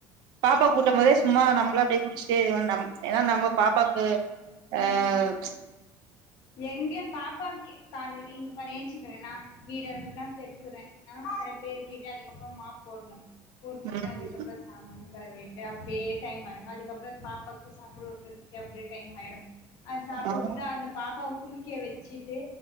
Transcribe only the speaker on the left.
ம் எங்க பாப்பாக்கு காலைல் எ இங்க பாரு என் சித் க்குர நா வீடெல்லா பெருக்குற ஆஹ் அது பெருக்கீட்டு அதுக்கப்றம் மாப் போட்ணு போட்டுட்டு
அதுக்கப்ற சாமான் கழுவி டு அப்டியே டைம் ஆயிடு அதுக்கப்றோ பாப்பாக்கு சாப்பாடு ஊட்றதுக்கு அப்டியே டைம் ஆயிடு அது சாப்ட
உட்டுட்டாந்த பாப்பாவ குளிக்க வெச்சுட்டு